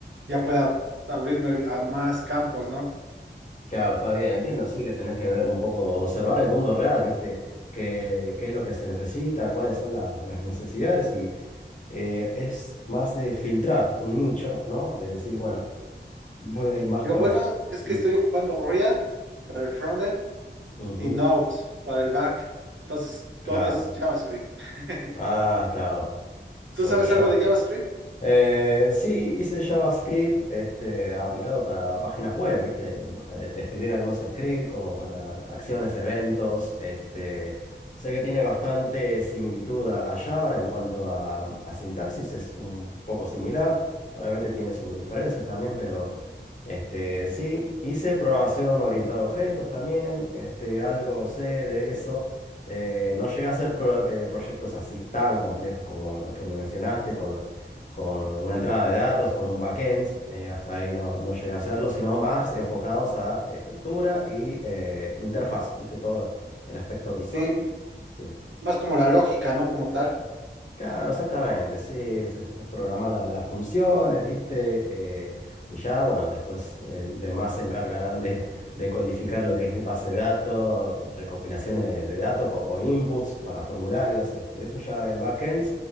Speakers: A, on the right; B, on the left.
A: ya pueda abrirme a más campos, ¿no?
B: Claro, está bien, entiendo, sí que tenés que ver un poco, observar el mundo real, ¿viste? ¿Qué, qué es lo que se necesita? ¿Cuáles son la- las necesidades? Y eh, es más de filtrar un nicho, ¿no? De decir, bueno, voy a ir más
A: Digo,
B: por
A: bueno,
B: esto.
A: es que
B: Mm,
A: estoy ocupando React para el frontend
B: ujú,
A: y Node para el back. Entonces,
B: claro.
A: todo es JavaScript. <laughs>
B: Ah, claro, solo
A: ¿Tú sabes
B: ya.
A: algo de JavaScript?
B: Eh, sí, hice JavaScript este, aplicado para páginas web, ¿viste? Eh, De escribir algunos scripts como para acciones, eventos. Este, sé que tiene bastante similitud a, a Java en cuanto a, a sintaxis, es un poco similar. Obviamente tiene sus diferencias también, pero este, sí, hice programación orientada a objetos también, este, algo sé de eso. Eh, no llegué a hacer pro- eh, proyectos así tan complejos como los que me mencionaste con con una entrada de datos, con un backend, eh, hasta ahí no, no llegué a hacerlo, sino más enfocados a estructura y eh, interfaz, ¿viste? Todo el aspecto visual.
A: Sí,
B: Sí.
A: más como la lógica, ¿no? Como tal.
B: Claro, exactamente, sí, se programa la- las funciones, ¿viste? Eh, y ya, bueno, después eh, demás se encargarán de, de codificar lo que es base de datos, recopilaciones de, de datos co- o inputs para formularios, este, eso ya, el backend,